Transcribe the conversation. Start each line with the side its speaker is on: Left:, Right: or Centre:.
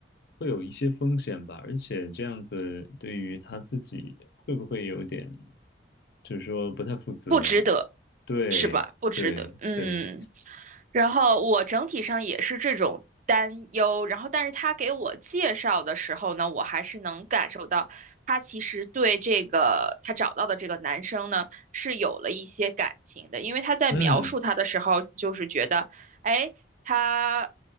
Left: 会有一些风险吧，而且这样子对于他自己会不会有点，就是说不太负责？
Right: 不值得，
Left: 对，
Right: 是吧？不值得，
Left: 对，
Right: 嗯。
Left: 对。
Right: 然后我整体上也是这种担忧，然后但是他给我介绍的时候呢，我还是能感受到他其实对这个他找到的这个男生呢是有了一些感情的，因为他在描述他的时候，
Left: 嗯，
Right: 就是觉得，哎，他